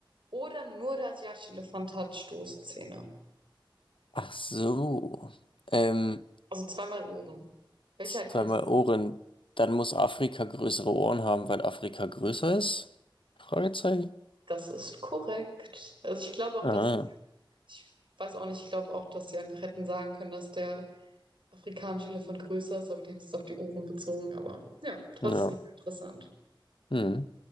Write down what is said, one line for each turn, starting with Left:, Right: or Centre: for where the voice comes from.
Right: oder nur der asiatische Elefant hat Stoßzähne.
Left: ach so. Ähm.
Right: Also zweimal oben. Welcher
Left: Zweimal
Right: hat größere?
Left: Ohren.
Right: Ohren?
Left: Dann muss Afrika größere Ohren haben, weil Afrika größer ist? Fragezeichen.
Right: Das ist korrekt. Also ich glaube auch,
Left: Ah,
Right: dass, ich weiß auch nicht, ich glaube auch, dass sie einfach hätten sagen können, dass der afrikanische Elefant größer ist, aber die haben es jetzt auf die Ohren bezogen. Aber ja, trotzdem
Left: ja.
Right: interessant.
Left: Hm.